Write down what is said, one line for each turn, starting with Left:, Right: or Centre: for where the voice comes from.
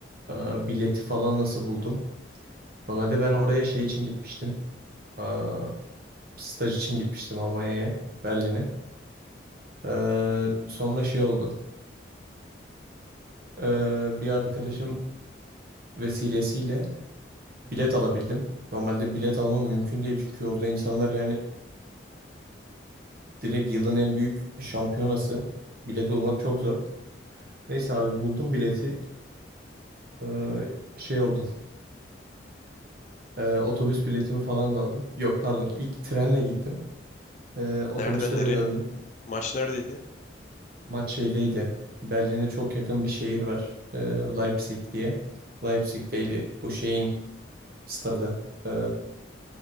Right: Aa, bileti falan nasıl buldum? Normalde ben oraya şey için gitmiştim. Aa, staj için gitmiştim Almanya'ya, Berlin'e. Ee, sonra şey oldu. Ee, bir arkadaşım vesilesiyle bilet alabildim. Normalde bilet almam mümkün değil çünkü orada insanlar yani direkt yılın en büyük şampiyonası. Bilet bulmak çok zor. Neyse abi buldum bileti. Ee, şey oldu. Ee, otobüs biletimi falan da aldım. Yok pardon. ilk trenle gittim. Ee, otobüsle
Left: Nereden nereye?
Right: de döndüm.
Left: Maç neredeydi?
Right: Maç şeydeydi. Berlin'e çok yakın bir şehir var. Ee, Leipzig diye. Leipzig'teydi. Bu şeyin stadı. Ee,